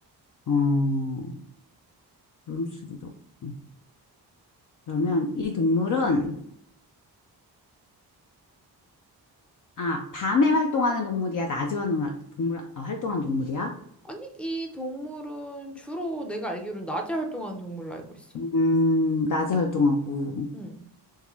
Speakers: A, on the left; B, in the centre.
A: 어, 울음소리도. 없고. 그러면 이 동물은, 아, 밤에 활동하는 동물이야? 낮에 활동하- 동물, 아, 활동하는 동물이야?
B: 아니, 이 동물은 주로 내가 알기로는 낮에 활동하는 동물로 알고 있어.
A: 음, 낮에 활동하고.
B: 응.